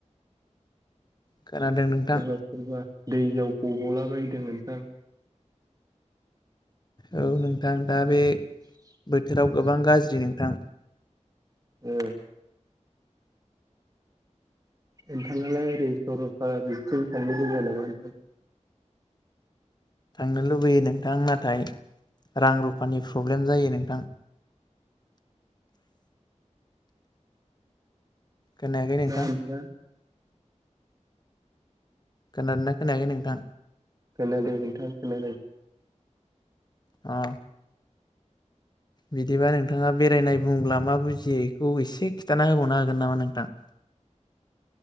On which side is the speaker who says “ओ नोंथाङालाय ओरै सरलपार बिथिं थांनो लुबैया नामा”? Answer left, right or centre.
Right